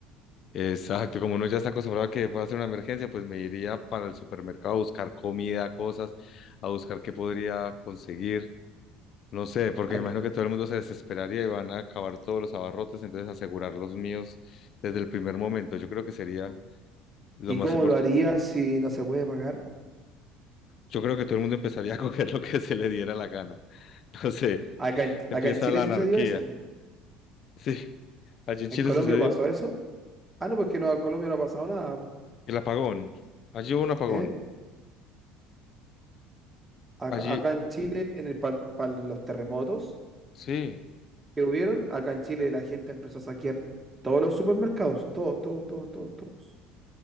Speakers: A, on the left; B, on the right.
A: exacto, como uno ya está acostumbrado a que pueda ser una emergencia, pues me iría para el supermercado a buscar comida, cosas, a buscar qué podría conseguir No sé, porque
B: Ac-
A: me imagino que todo el mundo se desesperaría y van a acabar todos los abarrotes, entonces asegurar los míos desde el primer momento. Yo creo que sería lo
B: ¿Y
A: más
B: cómo
A: importante.
B: lo harías si no se puede pagar?
A: Yo creo que todo el mundo empezaría a <laughs> coger lo que se le diera la gana. <laughs> No sé,
B: Acá en,
A: empieza
B: acá en Chile
A: la
B: sucedió
A: anarquía.
B: eso. po.
A: Sí, allí en
B: ¿En
A: Chile
B: Colombia
A: sucedió
B: pasó eso? Ah, no, pues que no, en Colombia no ha pasado nada. po.
A: el apagón. Allí hubo un apagón.
B: ¿Eh? Acá,
A: Allí,
B: acá en Chile, en el, para los terremotos,
A: sí,
B: que hubieron, acá en Chile la gente empezó a saquear todos los supermercados, todos, todos, todos, todos, todos.